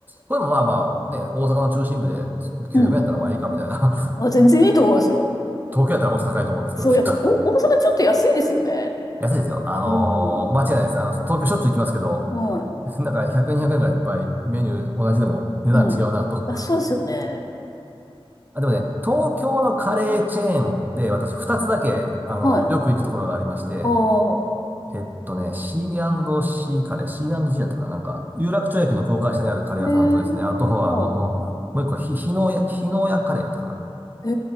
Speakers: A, on the right (about 20°); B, on the left (about 40°).
A: これもまあまあ、ね、大阪の中心部で900円やったらまあいいかみたいな。
B: うん。あ、全然いいと思いますよ。
A: 東京やったらもっと高いと思うんですけど、
B: そう、
A: きっと。
B: やっぱ、お、大阪ちょっと安いですよね。
A: 安いですよ。あのー間違いないです。
B: うん。
A: あの、東京しょっちゅう行きますけど、
B: は
A: <laughs> なんか100円、200円ぐらいいっぱいメニュー同じでも値段違うなと。
B: い。うん。あ、そうですよね。
A: <laughs> あ、でもね、東京のカレーチェーンで私2つだけ、あのーよく行くところがありまして、
B: はい。ああ、
A: えっとね、C&C カレー、C&G だったかな、なんか、有楽町駅の高架下にあるカレー屋さんとですね、
B: へえ、
A: あとはあの、
B: ああ、
A: もう一個ひ、日野屋、日野屋カレーやったかな。
B: へ